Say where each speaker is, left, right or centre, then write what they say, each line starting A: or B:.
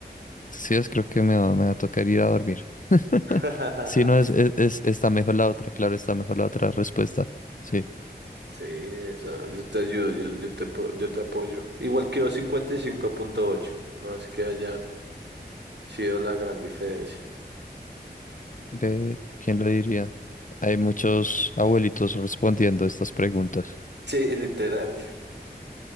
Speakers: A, on the left (about 50°); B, on the right (about 85°).
A: sí, es, creo que me va, me va a tocar ir a dormir. <laughs>
B: <laughs>
A: Sí, no, es, es, es- está mejor la otra, claro, está mejor la otra respuesta. Sí.
B: Sí, eso, yo te ayudo, yo, yo te, pro- yo te apoyo. Igual quedó cincuenta y cinco punto ocho no es que haya sido la gran diferencia.
A: Ve, ¿quién lo diría? Hay muchos abuelitos respondiendo estas preguntas.
B: Sí, literal,